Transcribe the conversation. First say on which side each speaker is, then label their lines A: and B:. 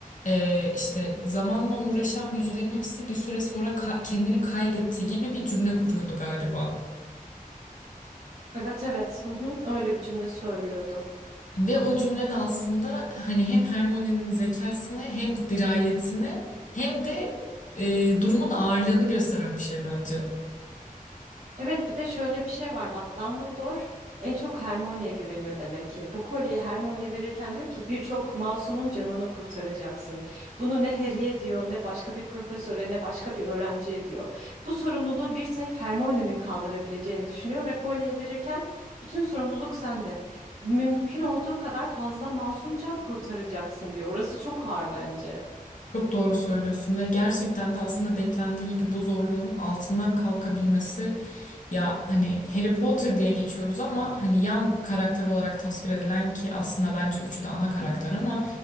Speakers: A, on the left; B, on the right.
A: e, işte zamanla uğraşan büyücülerin hepsi bir süre sonra ka- kendini kaybetti gibi bir cümle kuruyordu galiba.
B: Evet evet, hı hı, öyle bir cümle söylüyordu.
A: Ve o cümle de aslında hani hem Hermione'nin zekasını hem dirayetini hem de e, durumun ağırlığını gösteren bir şey bence.
B: Evet bir de şöyle bir şey var bak Dumbledore en çok Hermione'ye güveniyor demek ki. Bu kolyeyi Hermione'ye verirken diyor ki birçok masumun canını kurtaracaksın. Bunu ne Harry'e diyor ne başka bir profesöre ne başka bir öğrenciye diyor. Bu sorumluluğu bir tek Hermione'nin kaldırabileceğini düşünüyor ve kolyeyi verirken bütün sorumluluk sende. Mümkün olduğu kadar fazla masum can kurtaracaksın diyor. Orası çok ağır bence.
A: Çok doğru söylüyorsun ve gerçekten de aslında beklendiği gibi bu zorluğun altından kalkabilmesi ya hani Harry Potter diye geçiyoruz ama hani yan karakter olarak tasvir edilen ki aslında bence üçü de ana karakter ama